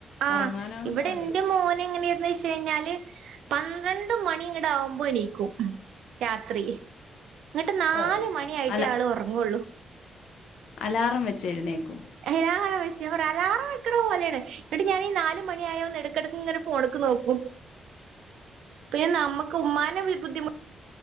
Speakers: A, on the right (about 85°); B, on the left (about 80°).
A: ആഹ്
B: ഉറങ്ങാനാണ്
A: ഇവിടെ
B: പാട്
A: ന്റെ മോന് എങ്ങനേയിരുന്ന് വെ - ഴിനാല് പന്ത്രണ്ട് മണി ഇങ്ങടാവുമ്പോ എണീക്കും രാത്രി എന്നട്ട് നാല്
B: ഓ
A: മണിയായിട്ടേ
B: അല
A: ആള് ഉറങ്ങുള്ളൂ
B: അലാറം വെച്ചെഴ്ന്നേക്കും
A: എ ആഹ് വച്ച <unintelligible> അലാറം വക്കണ പോലെയാണ് ന്നട്ട് ഞാനീ നാല് മണിയായോന്ന് എടയ്ക്കെടയ്ക്കിങ്ങനെ ഫോണ്ക്ക് നോക്കും പിന്നെ നമ്മുക്കുമ്മാനെ ബുദ്ധിമുട്ടിക്കാൻ